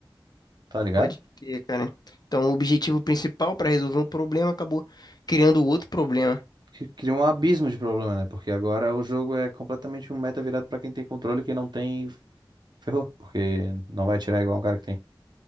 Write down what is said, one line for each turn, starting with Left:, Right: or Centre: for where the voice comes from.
Right: tá ligado?
Left: Pode crer, cara. Então, o objetivo principal pra resolver um problema acabou criando outro problema.
Right: que cria um abismo de problema, né? Porque agora o jogo é completamente um meta virado pra quem tem controle, quem não tem, ferrou, porque não vai tirar igual um cara que tem.